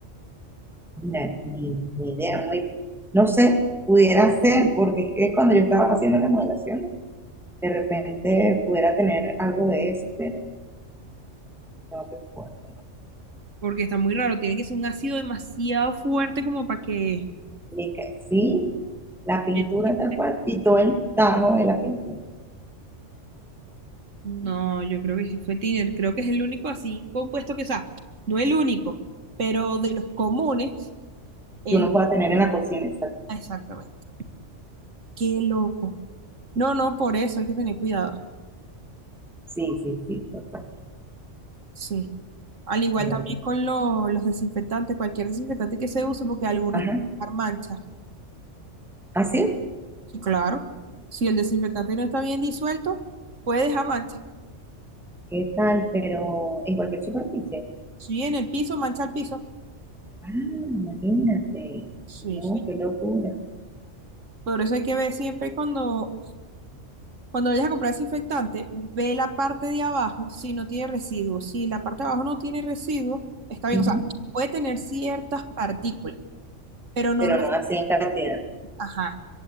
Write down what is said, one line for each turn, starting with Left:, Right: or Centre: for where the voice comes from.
Centre: Imagina, Ni, ni idea, muy, no sé, pudiera ser, porque es que cuando yo estaba haciendo la modelación, de repente pudiera tener algo de eso, pero no recuerdo. ¿no?
Right: porque está muy raro. Tiene que ser un ácido demasiado fuerte como para que
Centre: Ni que sí, la pintura
Right: El Tiner,
Centre: tal cual y todo el tajo de la pintura
Right: No, yo creo que sí fue Tiner. Creo que es el único así compuesto que, o sea, no el único, pero de los comunes, el...
Centre: que uno pueda tener en la cocina. Exacto.
Right: ah, Exactamente. Qué loco. No, no, por eso hay que tener cuidado.
Centre: Sí, sí, sí. tal cual.
Right: Sí. Al igual
Centre: Bueno.
Right: también con lo- los desinfectantes, cualquier desinfectante que se use, porque algunos
Centre: Ajá.
Right: pueden dejar manchas.
Centre: ¿Así?
Right: Sí, claro. Si el desinfectante no está bien disuelto, puede dejar manchas.
Centre: ¿Qué tal? Pero en cualquier superficie.
Right: Si en el piso, mancha el piso.
Centre: Ah, imagínate.
Right: Sí,
Centre: No,
Right: sí.
Centre: qué locura.
Right: Por eso hay que ver siempre cuando Cuando vayas a comprar desinfectante, ve la parte de abajo si no tiene residuos. Si la parte de abajo no tiene residuos, está bien.
Centre: Ujú.
Right: O sea, puede tener ciertas partículas, pero no,
Centre: Pero
Right: re-
Centre: no así en cantidad.
Right: ajá,